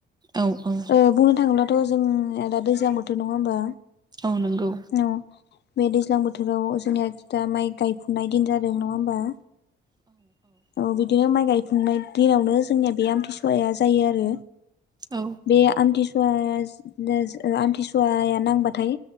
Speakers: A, on the right; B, on the left.
A: औ औ
B: ओ बुंनो थाङोब्ला थ' जों आरो दा दैज्लां बोथोर नङा होमबा?
A: औ नंगौ।
B: औ बे दैज्लां बोथोराव जोंनिया दा माइ गायफुनाय दिन जादों नङा होमबा? औ बिदिनो माइ गायफुंनाय दिनावनो जोंनिया बे आमथिसुवाया जायो आरो।
A: औ
B: बे आमथिसुवा जा ओ आमथिसुवाया नांबाथाय